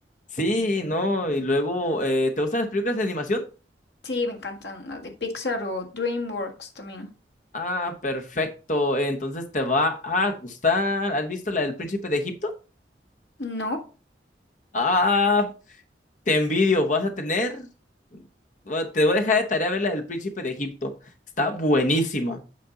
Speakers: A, on the left; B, on the left.
A: Sí, no. Y luego, eh, ¿te gustan las películas de animación?
B: Sí, me encantan las de Pixar o DreamWorks también.
A: Ah, perfecto. Entonces te va a gustar. ¿Has visto la del Príncipe de Egipto?
B: ¿No?
A: Ah, te envidio. Vas a tener. bueno, Te voy a dejar de tarea ver la del Príncipe de Egipto. Está buenísima.